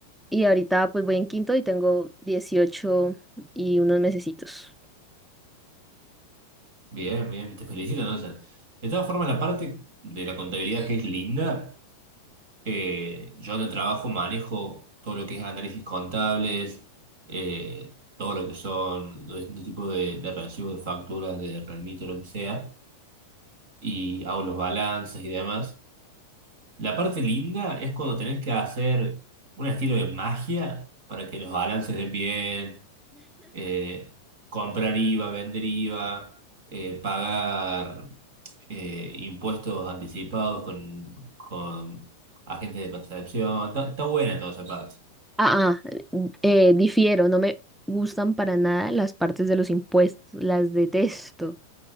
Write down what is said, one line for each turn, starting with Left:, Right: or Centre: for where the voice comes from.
Centre: Y ahorita pues voy en quinto y tengo 18 y unos mesecitos.
Right: Bien, bien, te felicito entonces. De todas formas, la parte de la contabilidad que es linda Eh, yo en el trabajo manejo todo lo que es análisis contables, eh, todo lo que son los distintos tipos de, de recibos de facturas, de remito, lo que sea, y hago los balances y demás. La parte linda es cuando tenés que hacer un estilo de magia para que los balances den bien, eh, comprar IVA, vender IVA, eh, pagar eh, impuestos anticipados con, con agentes de percepción. Está, está buena toda esa parte.
Centre: Ah, ah, eh, difiero, no me gustan para nada las partes de los impuestos, las detesto.